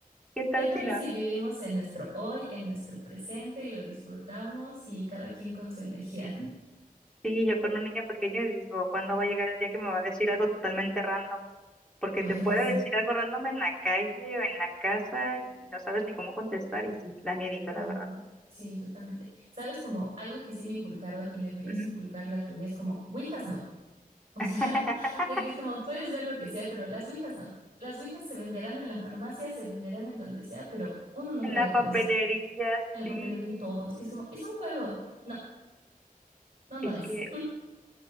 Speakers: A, in the centre; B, on the right.
A: ¿Qué tal
B: ¿Qué tal
A: si no?
B: si vivimos en nuestro hoy, en nuestro presente y lo disfrutamos y cada quien con su energía?
A: Sí, yo con un niño pequeño digo, ¿cuándo va a llegar el día que me va a decir algo totalmente random? Porque
B: Ay,
A: te puede
B: ya se
A: decir algo random en la calle o en la casa y no sabes ni cómo contestar y sí, da miedito,
B: No,
A: la verdad.
B: sí, totalmente. Sabes, como algo que sí me inculcaron y deberías
A: Ujú.
B: inculcarle a tu bebé es como, ouijas no. O
A: <laughs>
B: sea, <laughs> de que es como, puedes ver lo que sea, pero las ouijas no. Las ouijas se venderán en la farmacia, se venderán en donde sea, pero uno no
A: En
B: juega
A: la
B: con
A: papelería,
B: eso. En la
A: sí.
B: papelera, en todos, que es como, es un juego. No, no, no
A: Es
B: es.
A: que,